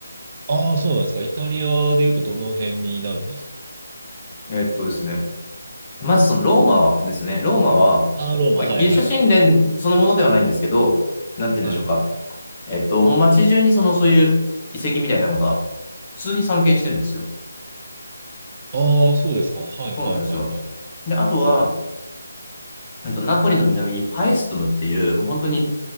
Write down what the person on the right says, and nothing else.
ああ、そうなんですか。イタリアで言うとどの辺になるんですか
ああー、ローマ。
はいはいはいはい。
はい。
ああ、そうですか。はいはいはいはい。